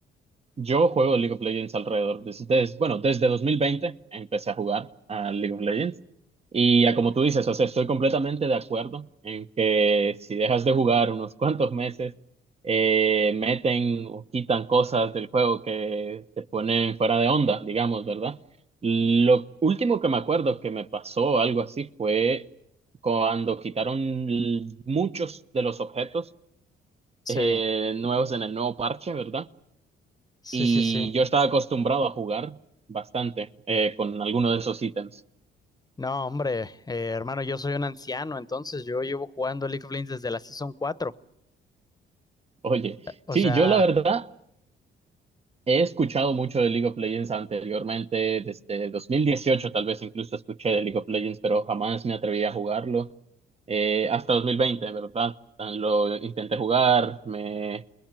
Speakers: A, on the right (about 30°); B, on the left (about 20°).
A: Yo juego League of Legends alrededor, desde, bueno, desde 2020 empecé a jugar a League of Legends. Y ya como tú dices, o sea, estoy completamente de acuerdo en que si dejas de jugar unos <laughs> cuantos meses, eh, meten o quitan cosas del juego que te ponen fuera de onda, digamos, ¿verdad? Lo último que me acuerdo que me pasó algo así fue cuando quitaron l- muchos de los objetos
B: Sí,
A: eh, nuevos en el nuevo parche, ¿verdad?
B: sí,
A: Y
B: sí, sí.
A: yo estaba acostumbrado a jugar bastante eh, con alguno de esos ítems.
B: No, hombre, eh, hermano, yo soy un anciano, entonces yo llevo jugando League of Legends desde la Season 4.
A: Oye,
B: O
A: sí,
B: sea,
A: yo la verdad he escuchado mucho de League of Legends anteriormente, desde 2018 tal vez incluso escuché de League of Legends, pero jamás me atreví a jugarlo. Eh, hasta 2020, ¿verdad? Lo intenté jugar, me